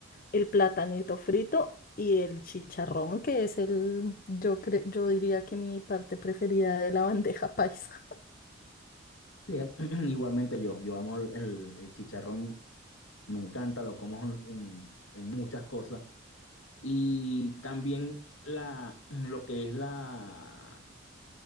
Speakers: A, on the left; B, on the left.
A: el platanito frito y el chicharrón que es el, yo cre- yo diría que mi parte preferida de la <laughs> bandeja paisa.
B: Sí, <clears throat> igualmente yo, yo amo el, el chicharrón, me encanta, lo como en, en muchas cosas. Y también la, <clears throat> lo que es la